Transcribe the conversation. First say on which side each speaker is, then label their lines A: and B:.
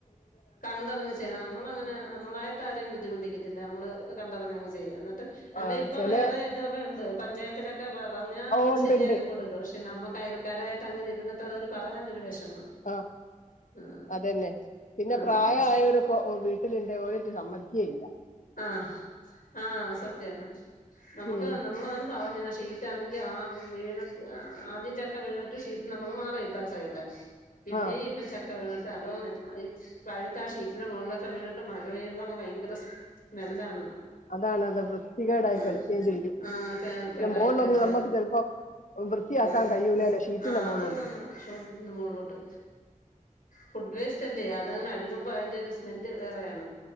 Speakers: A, on the left; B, on the left.
A: കണ്ടറിഞ്ഞു ചെയ്യണം നമ്മളങ്ങനെ നമ്മളായിട്ട് ആരെയും ബുദ്ധിമുട്ടിക്കത്തില്ല നമ്മള് നമ്മക്ക് കണ്ടറിഞ്ഞങ്ങ് ചെയ്യാം എന്ന ട്ട് അല്ല
B: ആ
A: ഇപ്പൊ
B: ചെലെ
A: വേറെ ഇതൊക്കെ ഉണ്ട് പഞ്ചായത്തിലൊക്കെ പറഞ്ഞാ
B: ഓ ഉണ്ട്ണ്ട്
A: ശരിയാക്കി കൊടുക്കും പക്ഷെ നമ്മക്ക് അയൽക്കാരായിട്ട് അങ്ങനെ ഇരുന്നിട്ട് അതൊരു പറയാനൊരു വിഷമം
B: ആ
A: ആഹ്
B: അതന്നെ പിന്നെ
A: ആഹ്
B: പ്രായമായവരൊക്കെ വീട്ടിലുണ്ടേ ഓരോറ്റ് സമ്മതിക്കേം ഇല്ല
A: ആഹ് ആ റ്റ് നമുക്ക്
B: ഉം
A: നമ്മളത് പറഞ്ഞ് ഷീറ്റാണെങ്കിൽ ആ വീണട്ട് ആദ്യം ചക്ക വീണിട്ട് ഷീറ്റ് നമ്മള് മാറിയിട്ട് ആ സൈഡിലെ പിന്നെയും
B: ആ
A: ഇപ്പം ചക്ക വീണ ട്ട് അതോ ഈ പഴുത്ത ആ ഷീറ്റിന്റെ മുകളിലൊക്കെ വീണിട്ട് മഴ പെയ്യുമ്പോൾ അങ്ങ് ഭയങ്കര സ്മെല്ലാണ്
B: അതാണ് അത് വൃത്തികേടായി
A: ആഹ്
B: കിടക്കുകയും ചെയ്യും
A: ആഹ് കെ
B: പിന്നെ
A: കെടായി
B: മോളിലൊന്ന്
A: കെടായി
B: നമ്മുക്ക് ചിലപ്പോ വൃത്തിയാക്കാൻ
A: ഉം
B: കഴിയൂലല്ലോ ഷീറ്റിന്റെ
A: ആഹ്
B: മോളിലൊന്നും
A: അത് ഷോട്ടിന്റെ മോളിലോട്ട് ഫുഡ് വേസ്റ്റ് അല്ലേ അതങ്ങ് അഴുകുമ്പോ അതിന്റെ ഒരു സ്മെല്ല് വേറെയാണ്